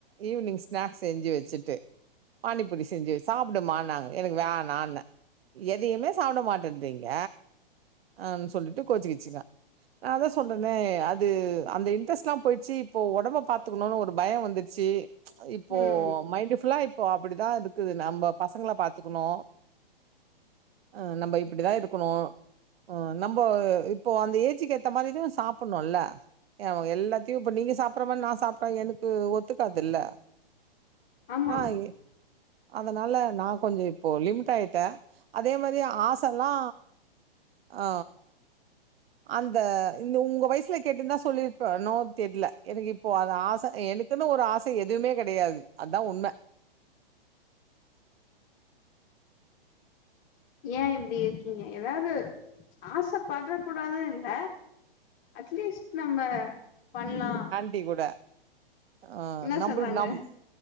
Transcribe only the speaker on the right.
ஈவினிங் ஸ்நாக்ஸ் செஞ்சு வச்சுட்டு பானிப்பூரி செஞ்சு சாப்டுமான்னாங்க எனக்கு வேணான்ன எதையுமே சாப்ட மாட்டன்றீங்க ஆன் னு சொல்லிட்டு கோச்சுக்கிச்சுங்க நா அதா சொல்றனே அது அந்த இன்ட்ரெஸ்ட்லா போயிச்சு இப்போ ஒடம்ப பாத்துக்குணுனு ஒரு பயோ வந்துர்ச்சு இப்போ
மைண்டு ஃபுல்லா இப்போ அப்புடிதா இருக்குது நம்ம பசங்கள பாத்துக்குணு அ நம்ம இப்புடிதா இருக்குணு ஆ நம்ப இப்போ அந்த ஏஜிக்கு ஏத்த மாரி தா சாப்புண்ணு இல்ல ஏவோ எல்லாத்தையு இப்ப நீங்க சாப்புர்ற மா நா சாப்ட்டா எனக்கு ஒத்துக்காதுல்ல
மாயி அதனால நா கொஞ்சோ இப்போ லிமிட்டாயிட்டே அதே மாரி ஆசல்லா ஆ அந்த இந்த உங்க வய்சுல கேட்டுந்தா சொல்லிருப்பனோ தெர்ல எனக்கு இப்போ அது ஆச எனக் குனு ஒரு ஆச எதுமே கெடையாது அதா உண்ம
டி கூட ஆ
நம்புள்
நம்